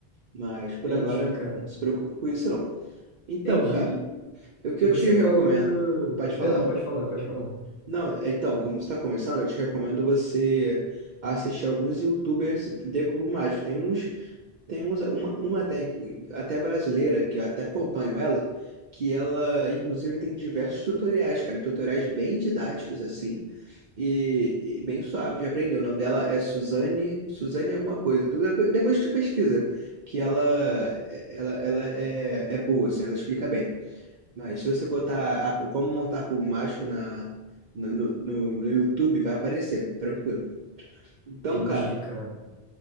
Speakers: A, on the right; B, on the left.
A: Mas por
B: Entendi,
A: agora,
B: cara.
A: não se preocupe com isso não. Então,
B: Entendi.
A: cara, o que
B: E
A: eu
B: você
A: te recomendo,
B: falou.
A: pode falar.
B: Perdão, pode falar, pode falar.
A: Não, é, então, como você tá começando, eu te recomendo você assistir alguns YouTubers de cubo mágico, tem uns tem uns, uma, uma técnica, até brasileira, que eu até acompanho ela, que ela, inclusive, tem diversos tutoriais, cara, tutoriais bem didáticos, assim, e, e bem suave de aprender. O nome dela é Suzane, Suzane alguma coisa. Tu- depois depois tu pesquisa, que ela, ela, ela é, é boa, assim, ela explica bem. Mas se você botar a- como montar cubo mágico na, no, no, no no YouTube, vai aparecer, tranquilo. Então,
B: Entendi,
A: cara,
B: cara.